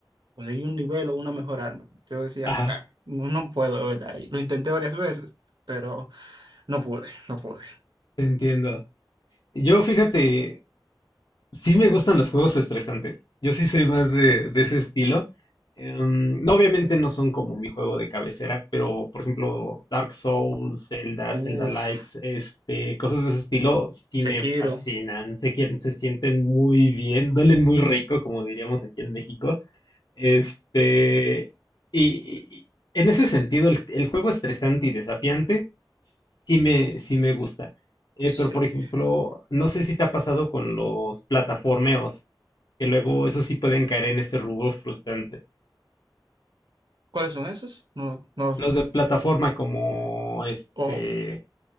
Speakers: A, on the right; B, on the left.
A: conseguir un nivel o una mejor arma. Yo decía,
B: ajá,
A: "Bueno, no, no puedo, de verdad. Y lo intenté varias veces, pero no pude, no pude.
B: te entiendo. Yo, fíjate, sí me gustan los juegos estresantes. Yo sí soy más de, de ese estilo. Em, no, obviamente no son como mi juego de cabecera, pero por ejemplo, Dark Souls, Zelda,
A: Uf,
B: Zelda Likes, este, cosas de ese estilo sí
A: Sekiro,
B: me fascinan. Se quieren, se sienten muy bien, duelen muy rico, como diríamos aquí en México. Este, y, y- y en ese sentido, el el juego estresante y desafiante sí me, sí me gusta. Eh,
A: sí.
B: pero por ejemplo, no sé si te ha pasado con los plataformeos, que luego eso sí pueden caer en ese rubro frustrante.
A: ¿Cuáles son esos? No, no los
B: Los de plataforma como este
A: Oh,